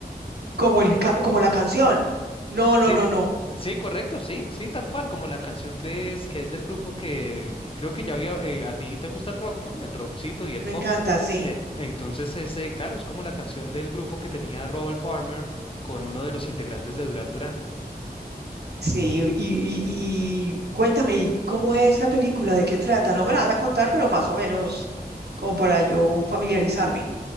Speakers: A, on the right; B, on the left.
A: como el, ca- como la canción. No,
B: Sí,
A: no, no, no.
B: sí, correcto, sí, sí, tal cual, como la canción que es, que es del grupo que creo que ya había, eh, a ti te gusta el rock, ¿no? Y el rockcito y el
A: Me
B: pop.
A: encanta, sí.
B: Eh, entonces, es, eh, claro, es como la canción del grupo que tenía Robert Palmer con uno de los integrantes de Duran Duran.
A: Sí, y, y, y cuéntame, ¿y ¿cómo es la película? ¿De qué trata? No me la vas a contar, pero más o menos como para yo familiarizarme.